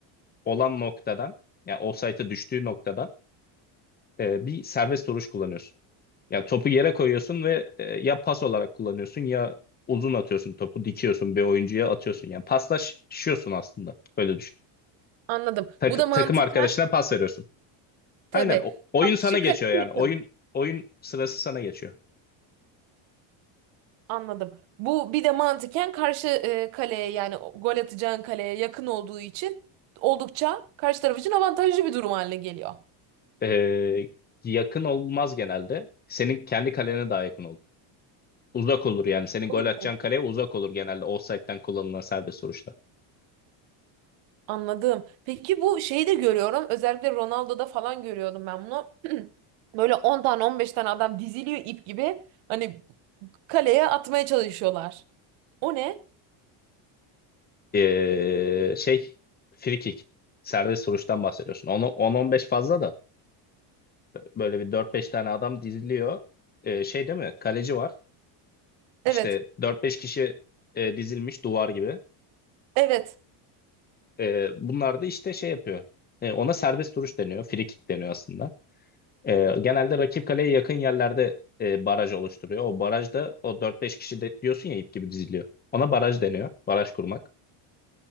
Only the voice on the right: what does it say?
anladım.
Bu da mantıken
tabii
karşı
kaleye
yakın.
Anladım. Bu bir de mantıken karşı e, kaleye yani o- gol atacağın kaleye yakın olduğu için oldukça karşı taraf için avantajlı bir durum haline geliyor.
Öyle.
Anladım. Peki bu şeyi de görüyorum. Özellikle Ronaldo'da falan görüyordum ben bunu. <clears throat> Böyle 10 tane 15 tane adam diziliyor ip gibi. Hani kaleye atmaya çalışıyorlar. O ne?
Evet.
Evet.